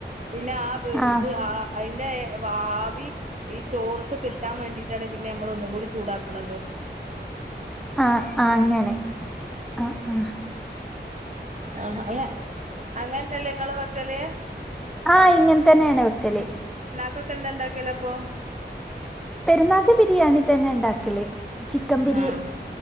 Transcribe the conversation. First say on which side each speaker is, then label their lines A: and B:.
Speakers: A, on the right; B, in the centre.
A: പിന്ന ആ വേ വ്
B: ആഹ്
A: ത് ആ.. അയ്ന്റെ വാവി ഈ ചോർക്ക് കിട്ടാവേണ്ടിട്ടാണ്പിന്നമ്മള് ഒന്നും കൂടി ചൂടാക്കണത്
B: അ അ അങ്ങനെ അ അ
A: ആഅയ് അങ്ങനെന്നല്ലെ ഇങ്ങളും വെക്കല്
B: ആ... ഇങ്ങനെതെന്നേണ് വെക്കല്
A: ഇക്കൊക്കെന്താണ്ടാക്കലപ്പൊ
B: പെരുന്നാക്ക് ബിരിയാണി തന്നെ ഉണ്ടാക്കല് ചിക്കൻ ബിരി
A: ആഹ്